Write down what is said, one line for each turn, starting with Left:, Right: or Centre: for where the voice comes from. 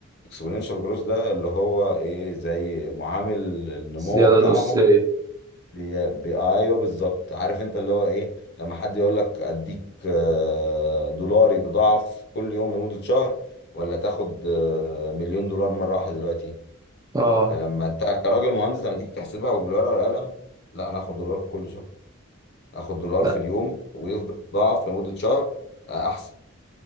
Left: اكسبوننشال جروث ده اللي هو ايه زي معامل النمو
Right: الزيادة
Left: بتاعهم
Right: الأساسية
Left: بي... بي... ايوه بالظبط عارف انت اللي هو ايه لما حد يقول لك اديك آه، دولار يتضاعف كل يوم لمده شهر ولا تاخد آه، مليون دولار مره واحده دلوقتي
Right: اه
Left: فلما انت كراجل مهندس لما تيجي تحسبها وبالورقه والقلم لا انا اخد دولار كل شهر اخد دولار
Right: لا
Left: في اليوم ويفضل يتضاعف لمدة شهر آه، احسن